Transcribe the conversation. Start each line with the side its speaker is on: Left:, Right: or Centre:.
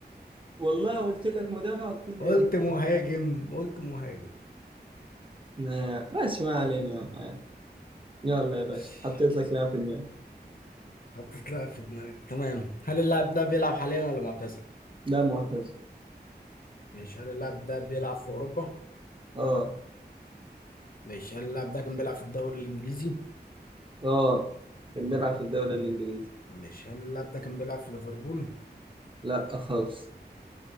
Right: والله قلت لك مدافع قلت لي
Left: قلت
Right: اه
Left: مهاجم قلت مهاجم
Right: نا- ماشي ما علينا يلا عادي. يلا
Left: ماشي
Right: يا باشا حطيت لك لاعب في دماغي
Left: حطيت لها في دماغي تمام هل اللاعب ده بيلعب حاليا ولا معتزل
Right: لا معتز
Left: مش هل اللاعب ده بيلعب في أوروبا؟
Right: اه
Left: مش هل اللاعب ده كان بيلعب في الدوري الإنجليزي؟
Right: اه كان بيلعب في الدوري الانجليزي
Left: مش هل اللاعب ده كان بيلعب في ليفربول؟
Right: لا خالص